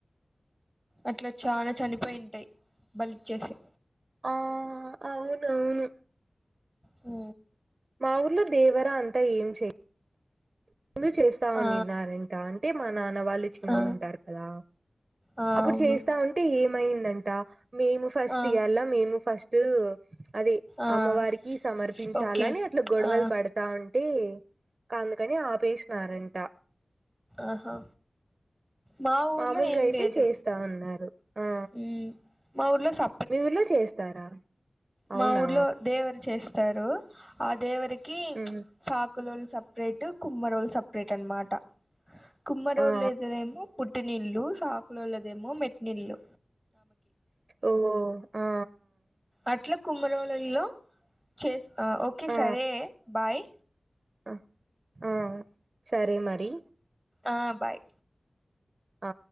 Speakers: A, in the centre; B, on the right.
A: అట్ల చాన చనిపోయింటయి బలిచ్చేసి
B: ఆ అవునవును
A: ఉ
B: మా ఊర్లో దేవర అంత ఏం చెయ్ ముందు చేస్తా వున్నినారంట,
A: ఆ
B: అంటే మా నాన్న వాళ్ళు చిన్నగ
A: ఆ
B: ఉంటారు కదా.
A: ఆ
B: అప్పుడ్
A: అవును
B: చేస్తా ఉంటే ఏమైంద టా మేము ఫస్ట్
A: ఆ
B: ఇయల్ల, మేము ఫస్ట్ అది
A: ఆ
B: అమ్మవారికి సమర్పించాలని,
A: ఓకే
B: అట్ల గొడవలు
A: ఆ
B: పడతా ఉన్ కీ కాందుకని ఆ టరెంట
A: ఆహా మా ఊర్లో
B: మామూలుగా
A: ఏం
B: అయితే
A: లేదు
B: చేస్తా ఉన్నారు ఆ
A: ఉ మా ఊర్లో స
B: మీ ఊర్లో చేస్తారా అవునా
A: మా ఊర్లో దేవర చేస్ తారు ఆ దేవరి కి
B: ఉమ్
A: సా కులోళ్లుు సపరేట్ కుమ్మరోళ్లుు సపరేట్ అన్మాట. కుమ్మరొల్లోదదేమో
B: ఆ
A: పుట్టినిల్లు, సాకులోళదేమో మెట్నీళ్ళు.
B: ఓ ఆ
A: అట్ల కుమ్మరోళ్లలో చేస్ ఆ ఓకే
B: ఆ
A: సరే బాయ్
B: ఆ ఆ సరే మరి
A: ఆ బాయ్
B: ఆ